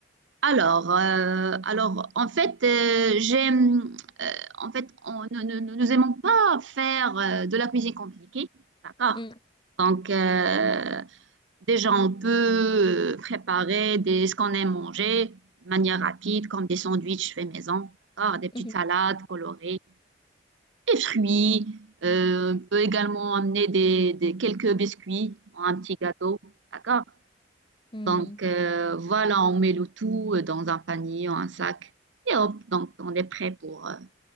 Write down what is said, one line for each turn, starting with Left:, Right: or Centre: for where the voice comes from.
Right: Alors, euh, alors, en fait, euh, j'aime, euh, en fait, on, nous, nous, nous- nous aimons pas faire euh, de la cuisine compliquée, d'accord?
Left: Mm,
Right: Donc, euh, déjà, on peut euh, préparer des, ce qu'on aime manger de manière rapide, comme des sandwichs faits maison, d'accord? Des petites
Left: mhm,
Right: salades colorées, des fruits. euh, on peut également amener des, des- quelques biscuits, un petit gâteau, d'accord?
Left: mm.
Right: Donc euh, voilà, on met le tout euh, dans un panier ou un sac et hop, donc on est prêt pour, euh,